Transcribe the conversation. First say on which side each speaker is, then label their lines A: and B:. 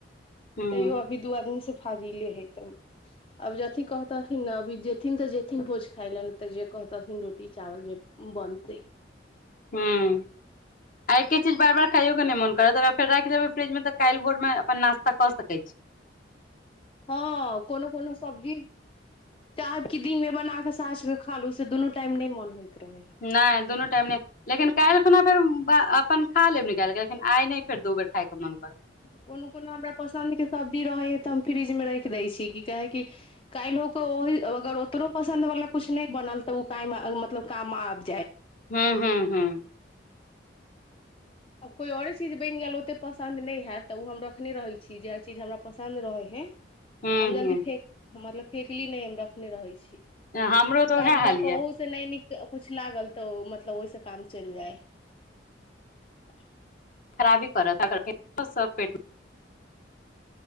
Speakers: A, on the left (about 45°); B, on the left (about 30°).
A: हूँ
B: तैयो अभी दू आदमीसँ। फाजिले हे तऽ अब अथिी कहतथिन ने अभी जेथिन तऽ जेथिन भोज खााय लए ने तऽ जे कहतथिन रोटी चावल जे बनतै।
A: ह्म्म आ एके चीज बार बार खाइयओके नहि मोन करत अाद फेर राखि देबै फ्रिजमे तऽ काल्हि भोरमे अपन नाश्ता कऽ सकैत छी।
B: हँ कोनो कोनो सब्जी चाहब क दिन मे बना के साँझके खा लू से दुनू टाइम नहि मन होइत। रहै
A: नहि दोनोू टाइम नहि। लेकिन काल्हि खुना फेर अपन खा लेब। गेलखिन आइ नहि फेर दू बेर खाइ। न मोन करते।
B: कोनो कोनो हमरा पसन्द के सब्जी रहे तऽ हम फ्रिज मे राखि दै छी की कहे कि काल्हिहो के ओहि अगर ओतनोो पसन्द वालला कुछ नहि बनल तऽ ओ क मतलब काम आब।
A: हँ- हँ -हँ
B: आ कोइ आओरे चीज बनि गेल ओतेक पसन्द नहि हयत तऽ ओ हम रखने रहैत छी जे हर चीज हमरा पसन्द रहैत हइ।
A: हूँ
B: हम जल्दी
A: हूँ
B: फेक मतलब फेकली नहि हम रखने रहै छी कि
A: हमरो तऽ
B: काल्हि
A: उएह हाल
B: भऽ कऽ
A: यऽ
B: ओहू से नहि नीक। कछु लागल तऽ मतलब ओहिसँ काम चलि जाय। <unintelligible>
A: खराबी कर सब पेटमे।